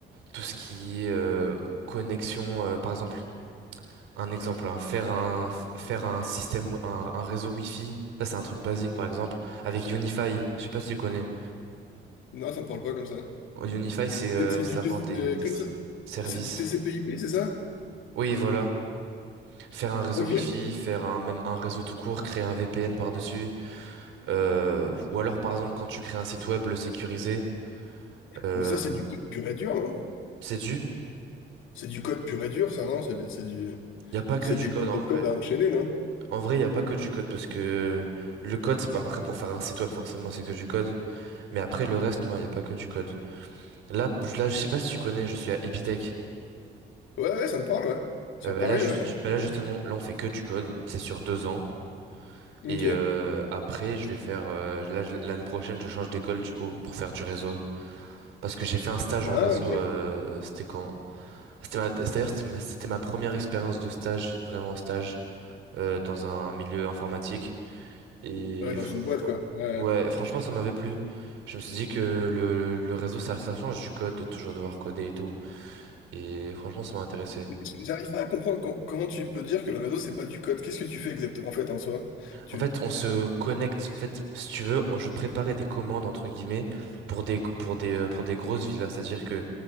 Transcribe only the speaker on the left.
Non, ça me parle pas comme ça.
C'est c'est
du, T-
euh,
comment
ça?
C'est du TCP/IP, c'est ça?
Ok.
Mais ça, c'est du code pur et dur, hein.
C'est du code pur et dur, ça, non? C'est du- c'est du,
c'est
des
lignes
de
code à enchaîner, non?
Ouais, ouais, ça me parle, ouais. Sur
Paris,
ouais. ouais, effectivement.
Ok.
Ah,
ok.
Ah Ouais, dans
une boîte, quoi. Ouais.
ouais.
Mais j'arrive pas à comprendre com- comment tu peux dire que le réseau, c'est pas du code. Qu'est-ce que tu fais exactement, en fait, en soi? Tu...